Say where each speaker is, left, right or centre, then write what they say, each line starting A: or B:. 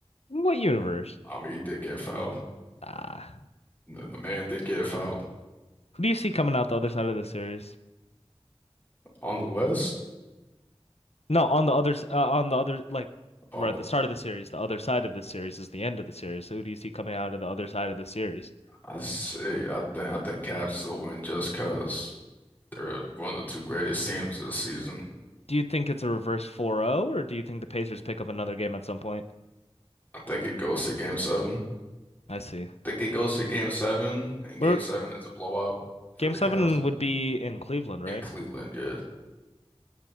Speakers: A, on the left (about 80°); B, on the left (about 15°).
A: In what universe?
B: I mean, he did get fouled.
A: Ah,
B: And then the man did get fouled.
A: who do you see coming out the other side of the series?
B: On the West,
A: No, on the other s- uh, on the other like
B: oh,
A: we're at the start of the series. The other side of this series is the end of the series. Who do you see coming out of the other side of the series?
B: I say, I think, I think Cavs still win just because they're one of the two greatest teams this season.
A: Do you think it's a reverse four zero, or do you think the Pacers pick up another game at some point?
B: I think it goes to game seven.
A: I see.
B: I think it goes to game seven, and
A: We're
B: game seven is a blowout for
A: game
B: the
A: seven
B: Cavs.
A: would be in Cleveland, right?
B: in Cleveland, yeah.